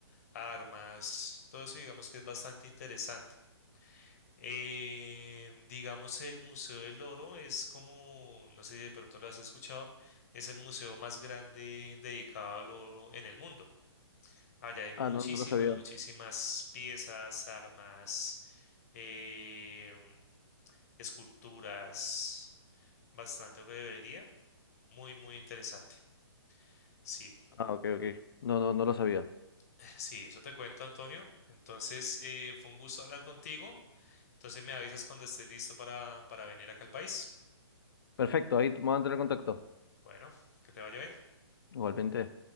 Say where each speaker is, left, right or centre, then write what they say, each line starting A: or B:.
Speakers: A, on the left; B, on the left.
A: armas, todo eso digamos que es bastante interesante. Em, digamos, el Museo del Oro es como, no sé si de pronto lo has escuchado, es el museo más grande dedicado al oro en el mundo. Allá hay muchísimas,
B: Ah, no, no lo sabía.
A: muchísimas piezas, armas, em, esculturas, bastante orfebrería. Muy, muy interesante. Sí, <laughs>
B: Ah, ok, ok. No, no, no lo sabía.
A: <sighs> sí, eso te cuento, Antonio. Entonces, eh, fue un gusto hablar contigo. Entonces, me avisas cuando estés listo para, para venir acá al país.
B: Perfecto, ahí vamos a entrar en contacto.
A: Bueno, que te vaya bien.
B: Igualmente.